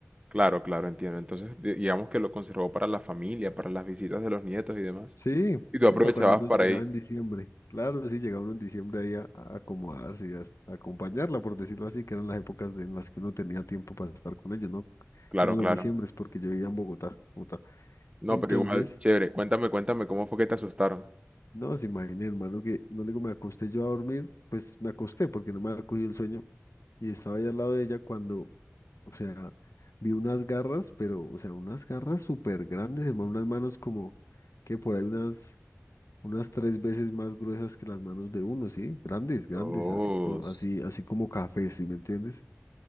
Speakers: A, on the right; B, on the left.
A: Claro, claro, entiendo. Entonces di- digamos que lo conservó para la familia, para las visitas de los nietos y demás.
B: Sí,
A: Y tú
B: sí,
A: aprovechabas
B: para cuando uno
A: para
B: llegaba
A: ir.
B: en diciembre. Claro, sí, llegaba uno en diciembre ahí a, a acomodarse y a, s- a acompañarla, por decirlo así, que eran las épocas de- en las que uno tenía tiempo para estar con ellos, ¿no?
A: Claro,
B: Que eran
A: claro.
B: los diciembres, porque yo vivía en Bogotá, Bogotá.
A: No,
B: Entonces,
A: pero igual, chévere. Cuéntame, cuéntame, ¿cómo fue que te asustaron?
B: no, se imagina, hermano, que no le digo, me acosté yo a dormir, pues me acosté porque no me había cogido el sueño. y estaba ahí al lado de ella cuando, o sea, vi unas garras, pero, o sea, unas garras súper grandes, hermano, unas manos como que por ahí unas, unas tres veces más gruesas que las manos de uno, ¿sí? Grandes, grandes,
A: Dios.
B: así, co- así, así como cafés, ¿sí me entiendes?